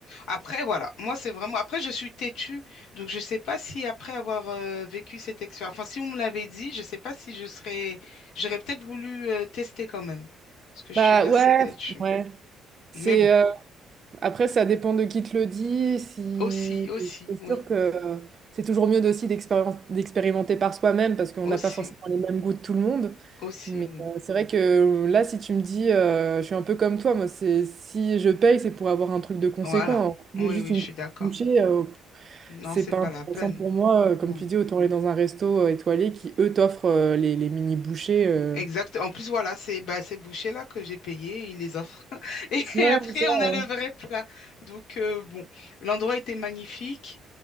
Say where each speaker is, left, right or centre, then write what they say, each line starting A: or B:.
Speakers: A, on the left (about 75°); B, on the right (about 35°).
A: Après, voilà, moi, c'est vraiment... Après, je suis têtue, donc je sais pas si après avoir euh, vécu cette expérience, enfin, si on me l'avait dit, je sais pas si je serais... J'aurais peut-être voulu euh, tester quand même, parce que je
B: Bah
A: suis assez
B: ouais,
A: têtue.
B: ouais. C'est,
A: Mais bon,
B: euh, Après, ça dépend de qui te le dit. Si...
A: aussi, aussi,
B: C'est
A: oui,
B: sûr que c'est toujours mieux de- aussi d'expérien- d'expérimenter par soi-même parce qu'on
A: aussi,
B: n'a pas forcément les mêmes goûts de tout le monde.
A: aussi,
B: Mais
A: oui.
B: euh, c'est vrai que euh, là, si tu me dis, euh, je suis un peu comme toi, moi, c'est si je paye, c'est pour avoir un truc de conséquent.
A: Voilà,
B: Alors, Si
A: oui,
B: j'ai juste
A: oui,
B: une
A: je suis
B: petite
A: d'accord.
B: bouchée, euh,
A: Non,
B: c'est
A: c'est
B: pas intéressant
A: pas la peine.
B: pour moi. Euh, Comme
A: Ouais.
B: tu dis, autant aller dans un resto euh, étoilé qui, eux, t'offrent euh, les, les mini bouchées. euh.
A: Exact. En plus, voilà, c'est bah, ces bouchées-là que j'ai payées, ils les offrent. <laughs>
B: Ouais,
A: Et après,
B: c'est ça.
A: on a le vrai plat. Donc, euh, bon, l'endroit était magnifique.